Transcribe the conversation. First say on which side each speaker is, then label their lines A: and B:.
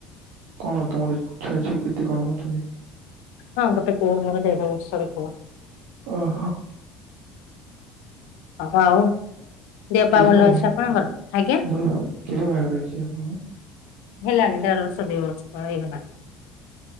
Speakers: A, on the right; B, on the left.
A: କଣ ତମର ଇ ଛୁଆ ଛୁଇ କେତେ କଣ ଅଛନ୍ତି?
B: ହଁ ଗୋଟେ ପୁଅ ମୋର ଦେଢ ବର୍ଷର ପୁଅ।
A: ଓ ହୋ।
B: ଅ ହ ଆଉ ଦେହ
A: କେବେ
B: ପା ଭଲ
A: ତମର
B: ଅଛି
A: ବାହା-
B: ଆପଣଙ୍କର? ଆଜ୍ଞା।
A: ଭଲ କେବେ ବାହାଘର ହେଇଚି ଆପଣଙ୍କର?
B: ହେଲାଣି ଦେଢ଼ ବର୍ଷ ଦି ବର୍ଷ ହେଇଗଲାଣି।